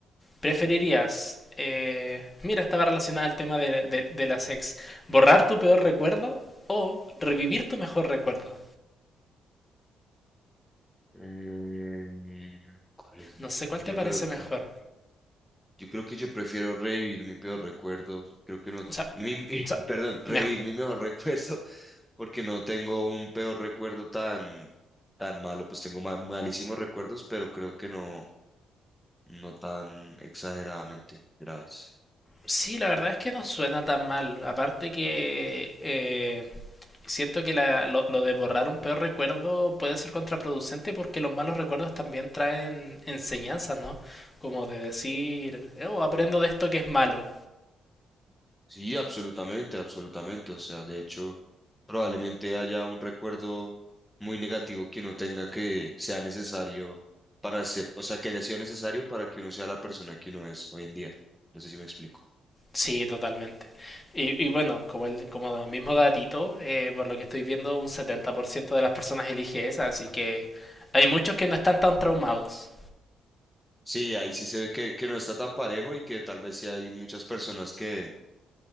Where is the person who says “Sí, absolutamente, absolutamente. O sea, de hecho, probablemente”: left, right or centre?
Centre